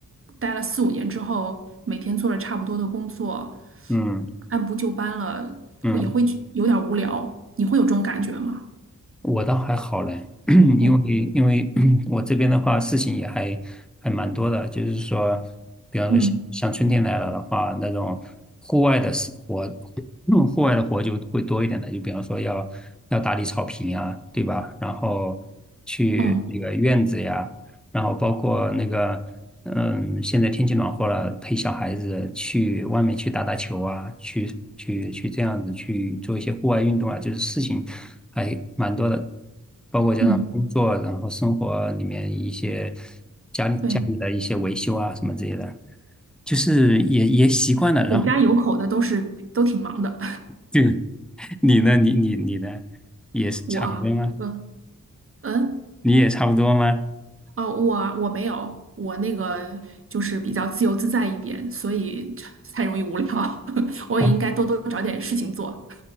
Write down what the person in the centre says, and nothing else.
嗯
嗯。
我倒还好嘞，<clears throat>
因为因为 <clears throat> 我这边的话，事情也还还蛮多的，就是说，比方说像像春天来了的话，
那种户外的事活，<clears throat> 嗯户外的活就会多一点的，就比方说要要打理草坪呀，对吧？然后去那个院子呀，
然后包括那个，嗯，现在天气暖和了，陪小孩子去外面去打打球啊，去去去这样子去做一些户外运动啊，就是事情还蛮多的，包括加上工作，
然后生活里面一些家里家里的一些维修啊什么之类的，
就是也也习惯了。然后
就 <laughs> 你呢，你你你呢，
也是差不多吗？
你也差不多吗？
嗯